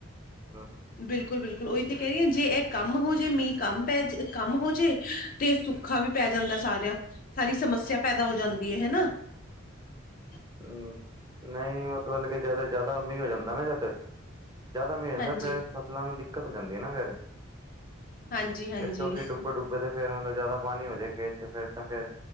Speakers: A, on the right; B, on the left.
A: ਹੂੰ
B: ਬਿਲਕੁਲ ਬਿਲਕੁਲ ਉਹੀ ਤੇ ਕਹਿ ਰੀ ਆ ਜੇ ਇਹ ਕਮ ਹੋਜੇ ਮੀਂਹ ਕਮ ਪੈ ਕਮ ਹੋਜੇ। ਤੇ ਸੁੱਖਾ ਵੀ ਪੈ ਜਾਂਦਾ ਸਾਰਾ ਸਾਰੀ ਸਮੱਸਿਆ ਪੈਦਾ ਹੋ ਜਾਂਦੀ ਹੈ ਨਾ। <inaudible>
A: ਹੂੰ, ਨਈ ਮਤਬਬ ਕਿ ਜ਼ਿਆਦਾ ਜ਼ਿਆਦਾ ਮੀਂਹ ਹੋ ਜਾਂਦਾ ਨਾ ਜਦ ਜ਼ਿਆਦਾ ਮੀਂਹ ਰਹਿੰਦਾ
B: ਹਾਂਜੀ।
A: ਫੇਰ ਫਸਲਾਂ ਨੂੰ ਦਿੱਕਤ ਹੋ ਜਾਂਦੀ ਐ ਨਾ ਫੇਰ
B: ਹਾਂਜੀ-ਹਾਂਜੀ,
A: ਫਿਰ ਕਿਉਂਕਿ ਡੁੱਬੇ ਡੁੱਬੇ ਤੇ ਫਿਰ ਮਤਲਬ ਜ਼ਿਆਦਾ ਪਾਣੀ ਹੋਜੇ ਖੇਤ ਚ ਫਿਰ ਤਾਂ ਫੇਰ